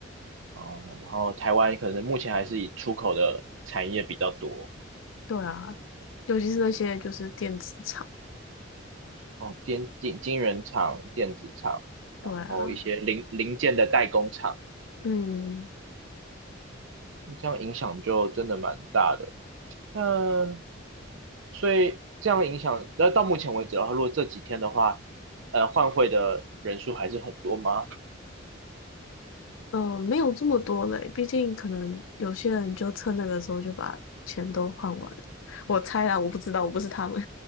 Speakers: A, on the right; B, on the left.
A: 哦，然后台湾可能目前还是以出口的产业比较多，
B: 对啊，尤其是那些就是电子厂，
A: 哦，电晶晶圆厂、电子厂，然后一些零零件的代工厂，
B: 对啊，嗯
A: 这样影响就真的蛮大的。那所以这样影响，那到目前为止的话，如果这几天的话，呃，换汇的人数还是很多吗？
B: 嗯，呃没有这么多嘞，毕竟可能有些人就趁那个时候就把钱都换完了，我猜啦，我不知道，我不是他们，